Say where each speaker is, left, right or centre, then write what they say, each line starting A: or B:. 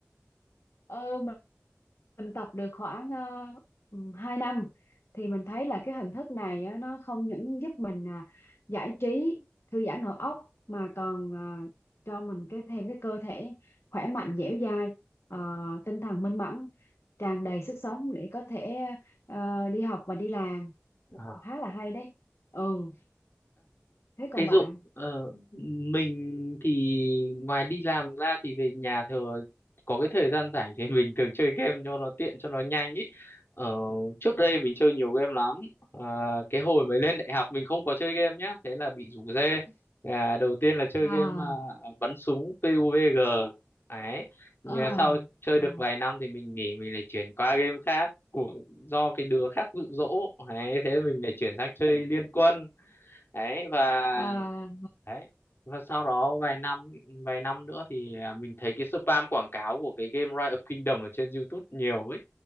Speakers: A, on the left (about 75°); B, on the left (about 60°).
A: Ờ, mình, mình tập được khoảng uh, 2 năm thì mình thấy là cái hình thức này á, nó không những giúp mình à, giải trí, thư giãn đầu óc mà còn à, cho mình cái thêm cái cơ thể khỏe mạnh, dẻo dai, ờ, tinh thần minh mẫn, tràn đầy sức sống để có thể ờ, đi học và đi làm.
B: à.
A: Khá là hay đấy. Ừ, thế
B: Thế
A: còn bạn?
B: Dũng, ờ, mình thì ngoài đi làm ra thì về nhà thường có cái thời gian rảnh thì <laughs> mình thường chơi game cho nó tiện cho nó nhanh ý. Ờ, trước đây mình chơi nhiều game lắm. À, cái hồi mới lên đại học mình không có chơi game nhá, thế là bị rủ rê. À, đầu tiên là chơi
A: À,
B: game à, bắn súng PUBG. Đấy. Nhưng
A: à,
B: mà sau chơi
A: à,
B: được vài năm thì mình nghỉ mình lại chuyển qua game khác của do cái đứa khác dụ dỗ. Đấy, thế là mình lại chuyển sang chơi Liên Quân. Đấy và
A: à,
B: đấy và sau đó vài năm vài năm nữa thì à, mình thấy cái spam quảng cáo của cái game Rise of Kingdom ở trên YouTube nhiều ấy